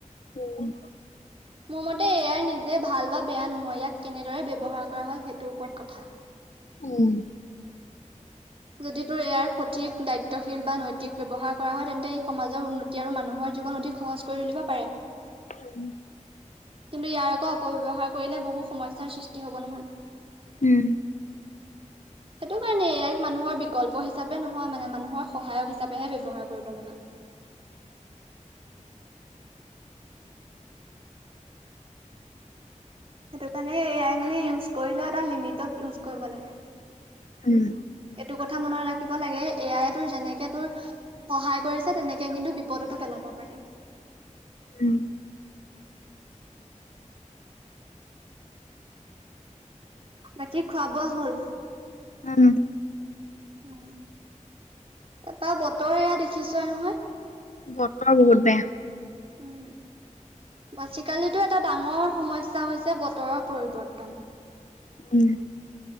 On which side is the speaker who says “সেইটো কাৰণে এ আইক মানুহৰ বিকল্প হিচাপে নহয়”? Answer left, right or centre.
Right